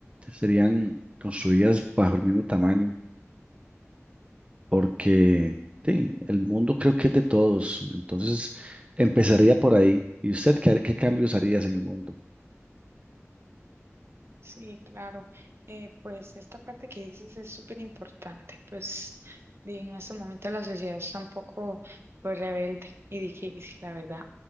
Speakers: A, on the right; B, on the right.
A: serían construidas bajo el mismo tamaño, porque sí, el mundo creo que es de todos. Entonces, empezaría por ahí. ¿Y usted qué, qué cambios harías en el mundo?
B: Sí, claro. Eh, pues esta parte que dices es súper importante. Pues y en este momento la sociedad está un poco pues rebelde y difícil, la verdad.